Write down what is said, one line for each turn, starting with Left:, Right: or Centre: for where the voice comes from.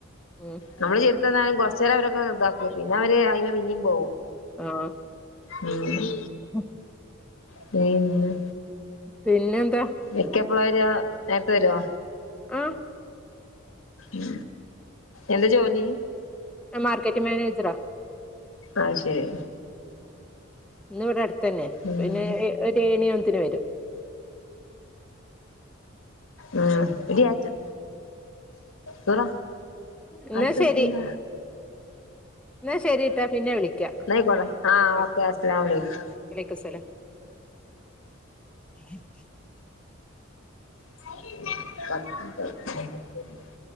Centre: ഉം
Left: നമ്മള് <unintelligible> കൊറ ചിലവരൊക്കെ റദ്ദാക്കി പിന്നെ അവര് അയി്മ പിന്നിം പോവും
Centre: ആ
Left: മ്
Centre: <inaudible>
Left: പിന്നെ
Centre: പിന്നെന്താ
Left: ഇക്കപ്പള വര് നേരത്തെ വരോ
Centre: ഉം
Left: ഉ എന്താ ജോലി?
Centre: മാർക്കറ്റിംഗ് മാനേജറാ
Left: ആഹ് ശരി
Centre: ഇന്ന് ഇവിടെ അടുത്തന്നെ
Left: ഉം
Centre: പിന്നെ ഒരു ഏഴണിവുമ്പോത്തിന് വരും
Left: ഉം എടി ആച്ചു നൂറ
Centre: എന്നാ
Left: ആക്കിടുക്കണ്ട
Centre: ശരി എന്നാ ശരിട്ടാ പിന്നെ വിളിക്കാം
Left: ന്നാ ആയിക്കോട്ടെ ആഹ്
Centre: ആ
Left: ഓക്കെ അസ്സലാമു അലൈക്കും
Centre: വലൈക്കും സ്സലാം
Left: <unintelligible>